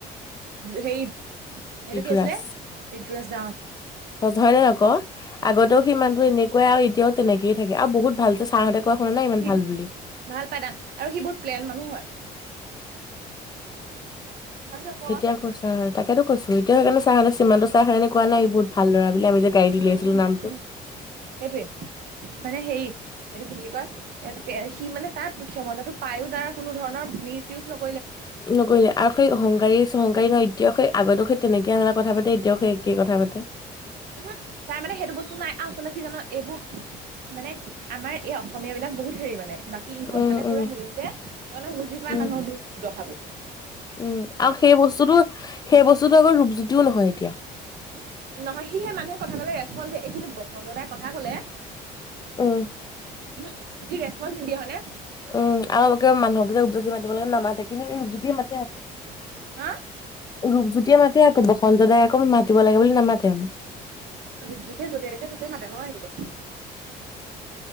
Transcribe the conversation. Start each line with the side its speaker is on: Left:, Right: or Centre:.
Right: সেই সেইটো
Left: ঋতুৰাজ
Right: কি আছিলে? ঋতুৰাজ দাও, অঁ।
Left: সজৰে আকৌ আগতেও সিমানতো এনেকুৱাই আৰু এতিয়াও তেনেকে থে, আৰু বহুত ভাল ছাৰহঁতে কয় শুনা নাই ইমান
Right: সি
Left: ভাল বুলি
Right: ভাল পাই দা, আৰু সি বোৰত প্লেন মানুহ হয়। হয় ন ক
Left: কেতিয়া কৈছা তাক সেইটো কৈছো, এতি সেইণে <unintelligible> চ চিমান তাৰ কাৰনে কোৱা নাই বহুত ভাল লৰা বুলি, আমি যে গাড়ীত
Right: উম
Left: উলিয়াইছিলো
Right: উম উম
Left: নামটো
Right: উম সেইটোৱে মানে হেৰি এইটো কি বুলি কয়, এ' সি মানে তাৰ ক্ষমতাটো পায়ো তাৰ কোনো ধৰণৰ মিচ ইউজ নক
Left: নগৈলে আৰু সেই অহংকাৰী ন <unintelligible> এতিয়াও সেই আগতক সেই তেনেকে <unintelligible> আে কথা পাতে এতিয়াও সেই একেই কথা পাতে।
Right: উ, তাৰ মানে সেইটো বস্তু নাই, আচল কি জান এইবোৰ, মানে আমাৰ এই অসমীয়া বিলাক বহুত হেৰি মানে। বাকী ইহঁত
Left: উম
Right: মানে
Left: উম
Right: পুৰা হেৰি যে, তমানে বুজি পোযৱা
Left: উম
Right: মানুহ দুখ দহা বো।
Left: উম আৰু সেই বস্তুতটো সেই বস্তুটো আগ ৰূপজ্যোতিও নহয় এতিয়া।
Right: উম নহয়, সিহে মানুহে কথা কলে ৰেচপ, এই কিন্তু বসন্ত দাই কথা কলে
Left: উম
Right: উহম, হি ৰেচপন্ঞ্চ নিদিয়া, হয়নে?
Left: উম, আৰু একে মানুকেই যে উদ্জচি মাতিব লাগে, নামা কিন্তু এই ৰূপজ্যোতিয়ে মাতে আকৌ,
Right: হা
Left: ৰূপজ্যোতিয় মাতে আকৌ, বসন্ত দাই আকৌ মাতিব লাগে বুলি নামাতে।
Right: ৰূপজ্যোতিয়ে য'তে দেখে ত'তে মাতে <inaudible>